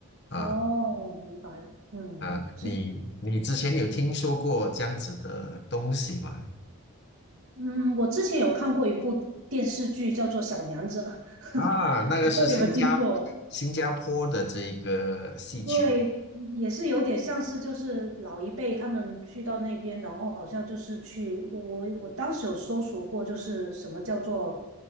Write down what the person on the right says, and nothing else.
哦，明白，嗯，
是，
嗯，我之前有看过一部电视剧，叫做《小娘惹》，<laughs>
不知道你有没有听过？对，也是有点像是就是老一辈他们去到那边，然后好像就是去，我我我当时有搜索过，就是什么叫做